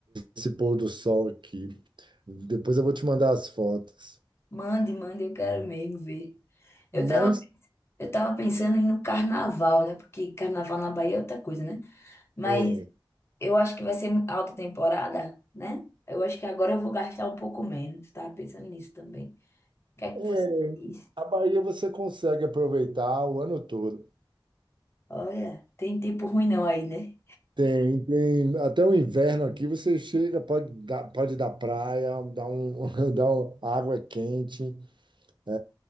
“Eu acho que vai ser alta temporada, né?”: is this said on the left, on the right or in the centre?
Left